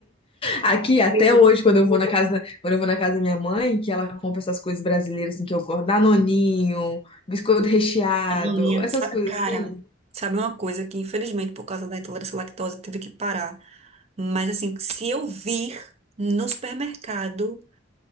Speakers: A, on the left; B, on the right.
A: Aqui, até
B: Eu sou.
A: hoje, quando eu vou na casa, quando eu vou na casa da minha mãe, que ela compra essas coisas brasileiras assim que eu gosto, danoninho, biscoito recheado,
B: Eu não lembro,
A: essas
B: sabe,
A: coisas
B: cara,
A: assim.
B: sabe uma coisa que infelizmente por causa da intolerância à lactose teve que parar. Mas assim, se eu vir no supermercado,